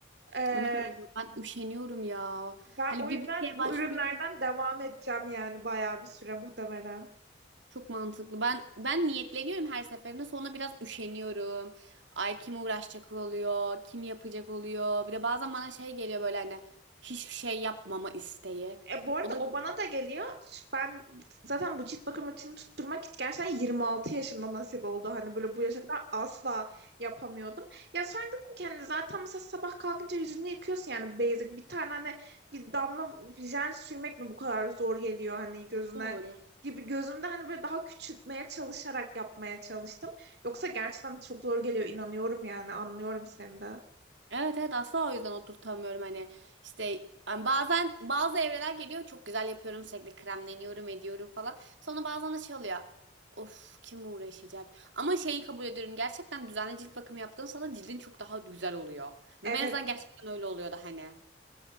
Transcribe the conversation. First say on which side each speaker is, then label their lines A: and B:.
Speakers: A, on the right; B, on the right.
A: Ee,
B: O ne kadar güzel. Ben üşeniyorum ya.
A: ben
B: Hani
A: o
B: bir
A: yüzden
B: bir şeye
A: bu
B: başlıyorum.
A: ürünlerden devam edeceğim yani bayağı bir süre muhtemelen.
B: Çok mantıklı. Ben ben niyetleniyorum her seferinde. Sonra biraz üşeniyorum. Ay kim uğraşacak oluyor? Kim yapacak oluyor? Bir de bazen bana şey geliyor böyle hani hiçbir şey yapmama isteği.
A: E, bu arada
B: O da
A: o bana da geliyor. Ben zaten bu cilt bakım rutinini tutturmak gerçekten 26 yaşımda nasip oldu. Hani böyle bu yaşa kadar asla yapamıyordum. Ya sonra dedim ki hani zaten mesela sabah kalkınca yüzünü yıkıyorsun yani basic. Bir tane hani bir damla jel sürmek mi bu kadar zor geliyor hani gözüne
B: doğru.
A: gibi gözümde hani böyle daha küçültmeye çalışarak yapmaya çalıştım. Yoksa gerçekten çok zor geliyor inanıyorum yani anlıyorum seni de.
B: Evet evet asla o yüzden oturtamıyorum hani işte hani bazen bazı evreler geliyor çok güzel yapıyorum sürekli kremleniyorum ediyorum falan sonra bazen de şey oluyor of kim uğraşacak ama şeyi kabul ediyorum gerçekten düzenli cilt bakımı yaptığın sana cildin çok daha güzel oluyor ve
A: Evet
B: ben en azından gerçekten öyle oluyordu hani